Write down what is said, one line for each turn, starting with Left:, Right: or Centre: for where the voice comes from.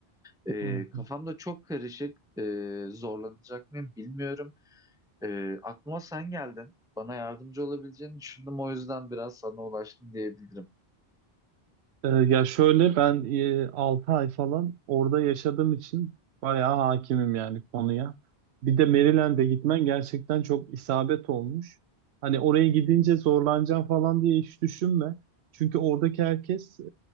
Centre: E,
Right: Hı hı.
Centre: kafamda çok karışık, e, zorlanacak mıyım bilmiyorum. E, aklıma sen geldin, bana yardımcı olabileceğini düşündüm o yüzden biraz sana ulaştım diyebilirim.
Right: Ee, ya şöyle ben e, 6 ay falan orada yaşadığım için bayağı hakimim yani konuya. Bir de Maryland'e gitmen gerçekten çok isabet olmuş. Hani oraya gidince zorlanacağım falan diye hiç düşünme. Çünkü oradaki herkes e,